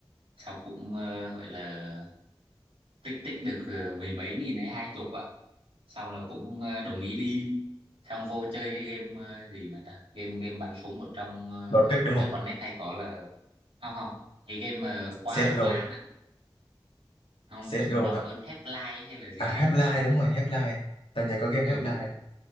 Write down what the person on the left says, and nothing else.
đột kích đúng
không
CSGO
CSGO
hả
à
Half-Life
đúng rồi Half-Life tao nhớ có game
Half-Life